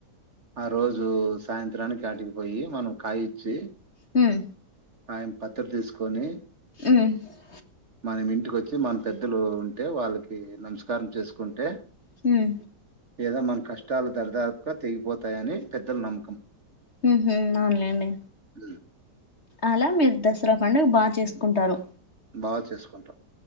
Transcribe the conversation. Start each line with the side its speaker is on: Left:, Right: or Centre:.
Right: ఆ రోజు సాయంత్రానికి ఆటికిపోయి మనం కాయి ఇచ్చి
Left: హ్మ్
Right: ఆయన పత్తిరి తీసుకొని
Left: ఉమ్
Right: మనం ఇంటికొ చి మన పెద్దలు ఉంటే వాళ్ళకి నమస్కారం చేసుకుంటే
Left: హ్మ్
Right: ఏదో మన కష్టాలు దరిదాపుగా తెగిపోతాయని పెద్దల నమ్మకం
Left: హ్మ్ హు అవునులేండి
Right: ఉమ్.
Left: అలా మీరు దసరా పండుగ బా చేసుకుంటారు
Right: బా చేసుకుంటాం